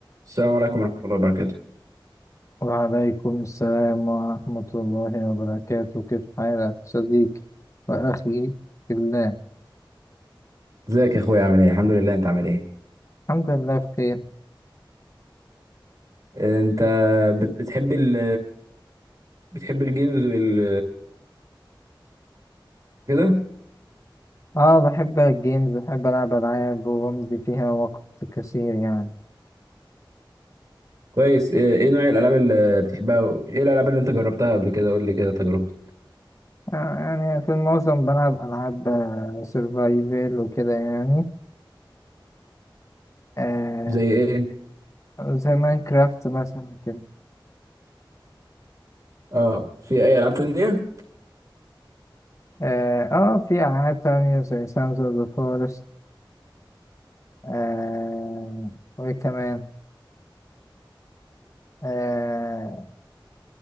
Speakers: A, on the right (about 50°); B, on the left (about 35°).
A: السلام عليكم ورحمة الله وبركاته
B: وعليكم السلام ورحمة الله وبركاته كيف حالك صديقي وأخي في الله
A: ازيك يا اخويا عامل ايه الحمد لله انت عامل ايه
B: الحمد لله بخير
A: انت بت- بتحب ال بتحب الجيمز وال كده
B: اه بحب الجيمز بحب ألعب ألعاب وبمضي فيها وقت كثير يعني
A: كويس ايه إيه نوع الالعاب اللي بتحبها ايه الالعاب اللي انت جربتها قبل كده قول لي كده تجربتك
B: آه يعني في المعظم بلعب ألعاب سرفايفل وكده يعني آه
A: زي ايه
B: زي ماينكرافت مثلا كده
A: اه في اي العاب تانية
B: اه آه، في ألعاب تانية زي سانز أوف ذا فورست آه وكمان آه